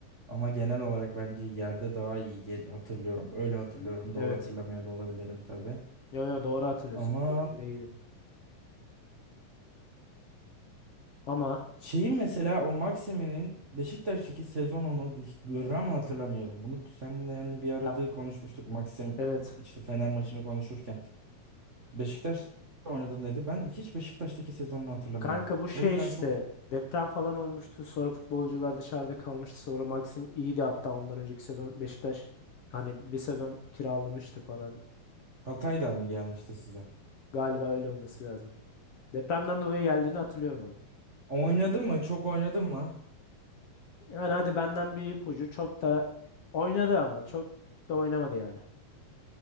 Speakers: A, on the right; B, on the left.
A: Ama genel olarak bence yerde daha iyi gel- hatırlıyorum. Öyle hatırlıyorum.
B: Hı.
A: Doğru
B: Evet.
A: hatırlamıyor da olabilirim tabii.
B: Yo yo doğru hatırlıyorsun.
A: Ama
B: Birebir değildi. Ama
A: Şeyin mesela o Maximin'in Beşiktaş'taki sezonunu gram hatırlamıyorum. Bunu seninle yani bir arada
B: ya,
A: konuşmuştuk. Maxim
B: evet.
A: işte Fener maçını konuşurken. Beşiktaş oynadın dedi. Ben hiç Beşiktaş'taki sezonunu hatırlamıyorum.
B: Kanka bu şey
A: O yüzden
B: işte
A: çok
B: deprem falan olmuştu. Sonra futbolcular dışarıda kalmıştı. Sonra Maxim iyiydi hatta ondan önceki sezon Beşiktaş hani bir sezon kiralamıştı falan.
A: Hatay'dan mı gelmişti size?
B: Galiba öyle olması lazım. Depremden dolayı geldiğini hatırlıyorum ama.
A: Oynadı mı? Çok oynadı mı?
B: Yani hadi benden bir ipucu. Çok da oynadı ama çok da oynamadı yani.